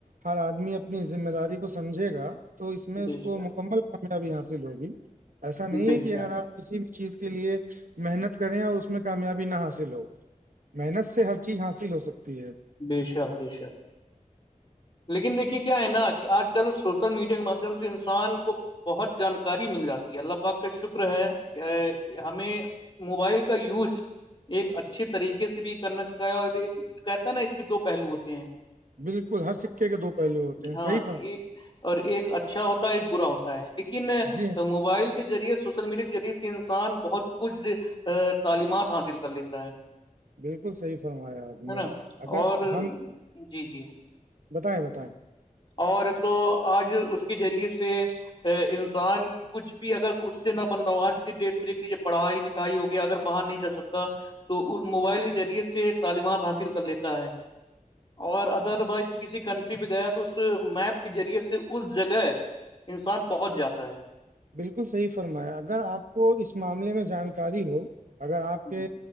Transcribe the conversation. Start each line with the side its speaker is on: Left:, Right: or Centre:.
Right: ہر آدمی اپنی ذمہ داری کو سمجھے گا تو اس میں اس
Left: بے شک
Right: کو مکمل کامیابی حاصل ہوگی ایسا نہیں
Left: بے
Right: ہے کہ
Left: شک
Right: اگر آپ کسی بھی چیز کے لیے محنت کریں اور اس میں کامیابی نہ حاصل ہو محنت سے سے ہر چیز حاصل ہو سکتی ہے
Left: بے شک بے شک لیکن دیکھیے کیا ہے نا کہ آج کل سوشل میڈیا کے مادھیم سے انسان کو بہت جانکاری مل جاتی ہے اللہ پاک کا شکر ہے ہمیں موبائل کا یوز ایک اچھے طریقے سے بھی کرنا چاہے اور ایک نا نا اس کے دو پہلو ہوتے ہیں
Right: بالکل ہر سکے کے دو پہلو ہوتے ہیں
Left: ہاں
Right: صحیح فرما
Left: ایک اور ایک اچھا ہوتا ہے ایک برا ہوتا ہے لیکن
Right: جی ہاں
Left: موبائل کے ذریعے سوشل میڈیا کے ذریعے سے انسان بہت کچھ تعلیمات حاصل کر لیتا ہے
Right: بالکل صحیح فرمایا آپ نے
Left: ہے نا
Right: اگر
Left: اور
Right: ہم
Left: جی جی
Right: بتائیں بتائیں
Left: اور تو آج اس کے ذریعے سے انسان کچھ بھی اگر اس سے نہ بن رہا ہو آج کے ڈیٹ میں دیکھ لیجیے پڑھائی لکھائی ہوگیا اگر باہر نہیں جا سکتا تو اس موبائل کے ذریعے سے تعلیمات حاصل کر لیتا تا ہے اور ادر وائز کسی کنٹ کی بغیر اس میپ کے ذریعے سے اس جگہ انسان پہنچ جاتا ہے
Right: بالکل صحیح فرمایا اگر آپ کو اس معاملے میں جانکاری ہو اگر آپ کے
Left: جی